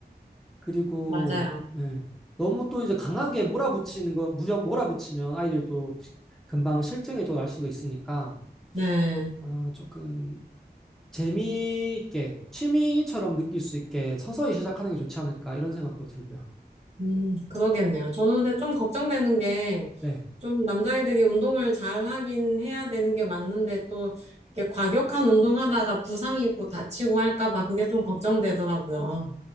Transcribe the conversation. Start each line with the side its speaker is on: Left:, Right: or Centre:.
Centre: 그리고
Right: 맞아요.
Centre: 예. 너무 또 이제 강하게 몰아붙이는 거 무력 몰아붙이면 아이들 또 금방 실증에 또 날 수도 있으니까
Right: 네.
Centre: 어, 조금 재미있게 취미처럼 느낄 수 있게 서서히 시작하는 게 좋지 않을까 이런 생각도 들고요.
Right: 음, 그러겠네요. 저는 근데 좀 걱정되는 게,
Centre: 네.
Right: 좀 남자애들이 운동을 잘 하긴 해야 되는 게 맞는데, 또, 이렇게 과격한 운동하다가 부상 입고 다치고 할까봐 그게 좀 걱정되더라고요.